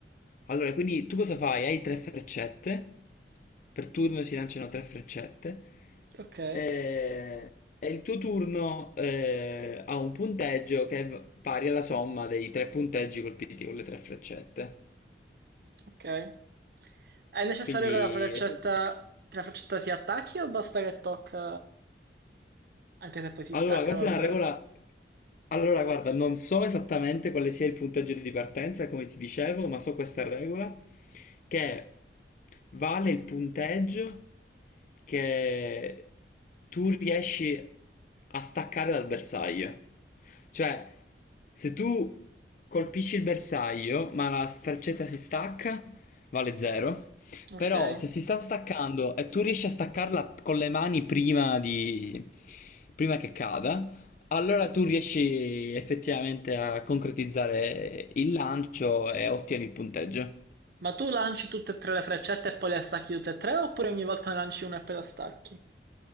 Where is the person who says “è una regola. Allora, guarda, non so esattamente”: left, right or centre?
Left